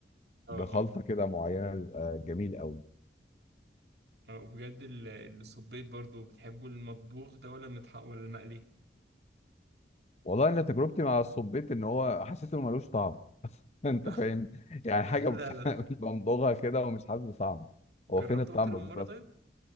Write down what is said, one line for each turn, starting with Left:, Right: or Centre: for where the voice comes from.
Right: اه
Left: بخلطة
Right: اه
Left: كده معينة بيبقى جميل قوي
Right: اه وبجد ال- الصبيط برضو بتحبوا المطبوخ ده ولا المتحق ولا المقلي
Left: والله انا تجربتي مع الصبيط ان هو حسيت انه ملوش طعم <laughs> انت
Right: <laughs>
Left: فاهم يعني حاجة
Right: لا لا لا
Left: <laughs> بمضغها كده ومش حاسس بطعم
Right: جربته
Left: هو فين الطعم
Right: أكتر من
Left: بالظبط
Right: مرة طيب